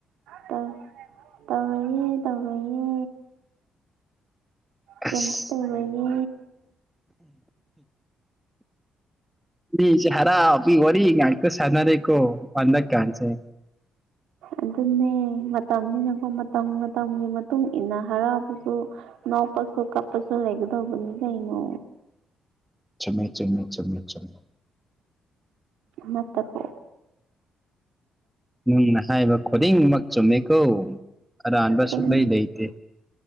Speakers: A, on the right; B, in the centre.
A: ꯇꯧ ꯇꯧꯔꯣꯏꯌꯦ ꯇꯧꯔꯣꯏꯌꯦ ꯀꯩꯝꯇ
B: ꯑꯁ
A: ꯇꯧꯔꯣꯏꯌꯦ
B: ꯃꯤꯖꯦ ꯍꯔꯥꯎꯕꯒꯤ ꯋꯥꯔꯤ ꯉꯥꯛꯇ ꯁꯥꯟꯅꯔꯦꯀꯣ ꯍꯟꯗꯛꯀꯥꯟꯁꯦ
A: ꯑꯗꯨꯅꯦ ꯃꯇꯝꯅꯤꯅꯀꯣ ꯃꯇꯝ-ꯃꯇꯝꯒꯤ ꯃꯇꯨꯡ ꯏꯟꯅ ꯍꯔꯥꯎꯕꯖꯨ ꯅꯣꯛꯄꯁꯨ ꯀꯄꯄꯁꯨ ꯂꯩꯒꯗꯧꯕꯅꯤ ꯀꯩꯅꯣ
B: ꯆꯨꯝꯃꯦ ꯆꯨꯝꯃꯦ-ꯆꯨꯝꯃꯦ ꯆꯨꯝꯃꯦ
A: ꯅꯠꯇꯄꯣ
B: ꯅꯪꯅ ꯍꯥꯏꯕ ꯈꯨꯗꯤꯡꯃꯛ ꯆꯨꯝꯃꯦꯀꯣ ꯑꯔꯥꯟꯕ
A: ꯆꯨꯝ
B: ꯁꯨꯛꯂꯩ ꯂꯩꯇꯦ